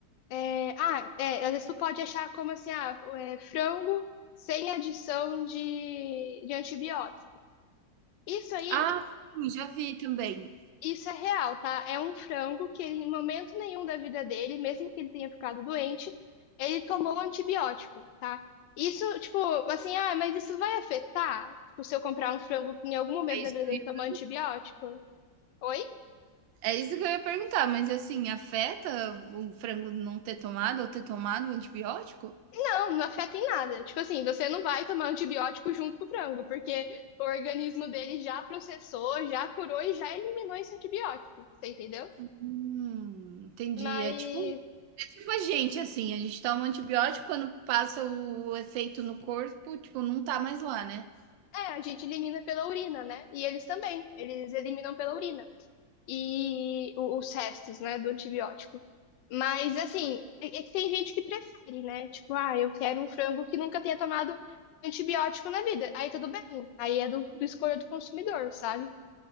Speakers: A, on the left; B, on the right.
A: É, ah, é, às vezes tu pode achar como assim, ah, é, frango sem adição de, de antibiótico. Isso aí
B: Ah, sim, já vi também.
A: Isso é real, tá? É um frango que ele, em momento nenhum da vida dele, mesmo que ele tenha ficado doente, ele tomou antibiótico, tá? Isso, tipo, assim, ah, mas isso vai afetar? Tipo, se eu comprar um frango que em algum momento
B: É isso
A: da vida
B: que
A: dele
B: eu ia...
A: tomou antibiótico? Oi?
B: é isso que eu ia perguntar, mas assim, afeta o frango não ter tomado ou ter tomado o antibiótico?
A: Não, não afeta em nada. Tipo assim, você não vai tomar antibiótico junto com o frango, porque o organismo dele já processou, já curou e já eliminou esse antibiótico, você entendeu?
B: Hum, entendi.
A: Mas,
B: É tipo é tipo a gente, assim, a gente toma antibiótico, quando passa o efeito no corpo, tipo, não tá mais lá, né?
A: é, a gente elimina pela urina, né? E eles também, eles eliminam pela urina. e o- os restos, né, do antibiótico. Mas, assim, é é que tem gente que prefere, né? Tipo, ah, eu quero um frango que nunca tenha tomado antibiótico na vida. Aí tudo bem. Aí é do, do escolha do consumidor, sabe?